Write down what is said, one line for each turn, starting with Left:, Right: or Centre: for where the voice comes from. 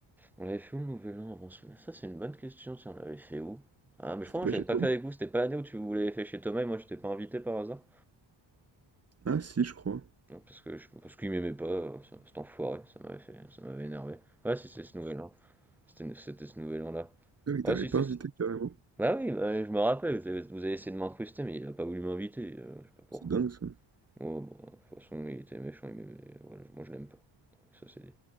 Centre: On l'avait fait où le Nouvel An avant celui-là? Ça, c'est une bonne question, tiens, on l'avait fait où? Ah, mais je
Right: C'était
Centre: crois
Right: pas
Centre: que je
Right: chez
Centre: l'avais pas
Right: toi?
Centre: fait avec vous, c'était pas l'année où tu vous l'avez fait chez Thomas et moi j'étais pas invité par hasard?
Right: Ah, si, je crois.
Centre: Non, parce que je parce qu'il m'aimait pas, euh, ce- cet enfoiré, ça m'avait fait, ça m'avait énervé. Ouais, si, c'est ce nouvel an. C'était c'était ce nouvel an-là.
Right: Ah oui, t'avais
Centre: Ouais, si,
Right: pas
Centre: si,
Right: invité
Centre: si.
Right: carrément.
Centre: Bah oui, bah, je me rappelle, vous avez, vous avez essayé de m'incruster, mais il a pas voulu m'inviter, euh, je sais pas pourquoi.
Right: C'est dingue ça.
Centre: Oh, bon, de toute façon, il était méchant, il m'aimait, voilà, moi je l'aime pas. Ça c'est dit.